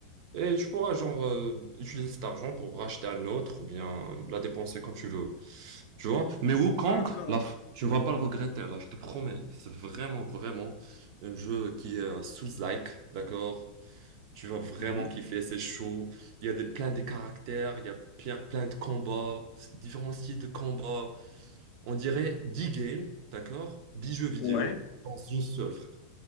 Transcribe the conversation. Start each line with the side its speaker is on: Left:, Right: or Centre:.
Right: Et tu pourras genre euh, utiliser cet argent pour racheter un autre ou bien la dépenser comme tu veux. Tu vois? Mais Wukong,
Left: D'accord.
Right: là, f- tu ne vas pas le regretter, là, je te promets. C'est vraiment, vraiment un jeu qui est euh, sous-like, d'accord? Tu vas vraiment
Left: Mhm.
Right: kiffer, c'est chaud. Il y a des, plein de caractères, il y a plein, plein de combats, différents styles de combats. On dirait 10 games, d'accord? dix jeux vidéo
Left: Ouais,
Right: dans une seule, frère.